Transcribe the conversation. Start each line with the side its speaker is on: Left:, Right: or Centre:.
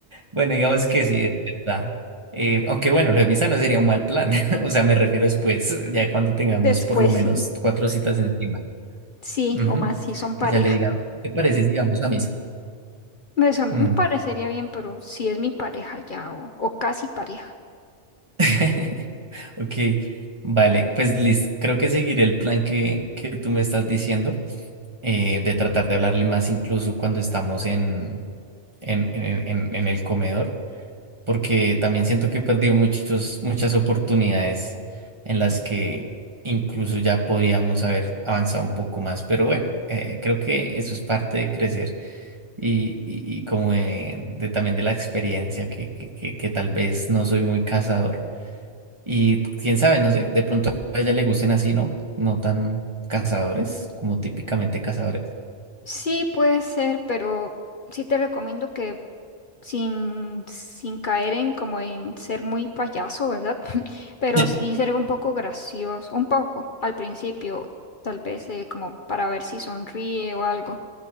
Right: Bueno, digamos que sí, es verdad. Eh, aunque bueno, lo de misa no sería un mal plan. <laughs> O sea, me refiero después, ya cuando tengamos
Left: después
Right: por lo menos
Left: sí,
Right: cuatro citas encima.
Left: sí,
Right: Ujú.
Left: o más si son pareja.
Right: Que ya le diga, ¿qué te parece si vamos a misa?
Left: Pues a mí
Right: Mm.
Left: me parecería bien, pero si es mi pareja ya o, o casi pareja.
Right: <laughs> Ok, vale, pues listo. Creo que seguiré el plan que, que tú me estás diciendo, eh, de tratar de hablarle más incluso cuando estamos en, en, en, en en el comedor. porque también siento que he perdido muchos, muchas oportunidades en las que incluso ya podíamos haber avanzado un poco más. Pero bueno, eh, creo que eso es parte de crecer y, y- y como de, de también de la experiencia que, que, que, que tal vez no soy muy cazador. Y quién sabe, no sé, de pronto a ella le gusten así, ¿no? No tan cazadores, como típicamente cazadores.
Left: Sí, puede ser, pero sí te recomiendo que sin, sin caer en como en ser muy payaso, ¿verdad? <laughs> Pero
Right: <laughs>
Left: sí ser un poco gracioso, un poco al principio, tal vez eh, como para ver si sonríe o algo.